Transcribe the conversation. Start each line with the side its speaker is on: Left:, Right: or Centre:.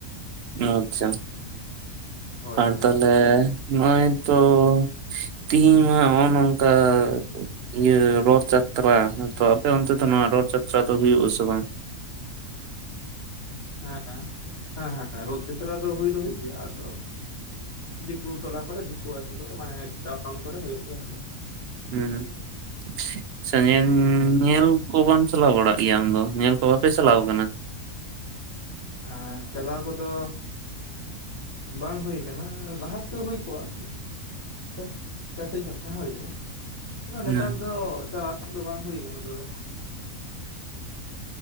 Right: ᱟᱪᱪᱷᱟ
Left: ᱦᱳᱭ
Right: ᱟᱨ
Left: ᱦᱳᱭ
Right: ᱛᱟᱦᱞᱮ <unintelligible> ᱱᱚᱜ-ᱚᱭ ᱛᱚ ᱛᱮᱦᱤᱧ ᱢᱟ ᱚ ᱱᱚᱝᱠᱟ ᱤᱭᱟᱹ ᱨᱚᱛ ᱡᱟᱛᱨᱟ ᱛᱚ, ᱟᱯᱮ ᱚᱱᱛᱮ ᱫᱚ ᱱᱚᱣᱟ ᱨᱚᱛ ᱡᱟᱛᱨᱟ ᱫᱚ ᱦᱩᱭᱩᱜ ᱟᱥᱮ ᱵᱟᱝ?
Left: <unintelligible> ᱨᱚᱛ ᱡᱟᱛᱨᱟ ᱫᱚ ᱦᱩᱭ ᱫᱚ ᱦᱩᱭᱩᱜ ᱜᱮᱭᱟ ᱟᱫᱚ ᱫᱤᱠᱩ ᱴᱚᱞᱟ ᱠᱚᱨᱮ ᱫᱤᱠᱩ ᱟᱹᱛᱩ ᱠᱚᱨᱮ ᱢᱟᱱᱮ ᱴᱟᱣᱩᱱ ᱠᱚᱨᱮ ᱦᱩᱭᱩᱜ ᱜᱮᱭᱟ ᱟᱫᱚ
Right: ᱦᱩᱸ <unintelligible>
Left: ᱦᱳᱭ
Right: ᱧᱮᱞ ᱠᱚ ᱵᱟᱝ ᱪᱟᱞᱟᱣ ᱵᱟᱲᱟᱜ ᱜᱮᱭᱟ ᱟᱢ ᱫᱚ ᱧᱮᱞ ᱠᱚ ᱵᱟᱯᱮ ᱪᱟᱞᱟᱣ ᱠᱟᱱᱟ
Left: ᱟᱨ ᱪᱟᱞᱟᱣ ᱠᱚᱫᱚ ᱵᱟᱝ ᱦᱩᱭ ᱠᱟᱱᱟ ᱞᱟᱦᱟᱛᱮ ᱦᱩᱭ ᱠᱚᱜ-ᱟ <unintelligible> ᱠᱟᱹᱴᱤᱡ ᱧᱚᱜ ᱛᱟᱦᱮᱸ ᱦᱩᱭ ᱞᱮᱱᱟ
Right: ᱦᱩᱸ
Left: ᱱᱮᱛᱟᱨ ᱫᱚ ᱪᱟᱞᱟᱜ ᱠᱚᱫᱚ ᱵᱟᱝ ᱦᱩᱭ ᱠᱟᱱᱟ ᱛᱚᱵᱮ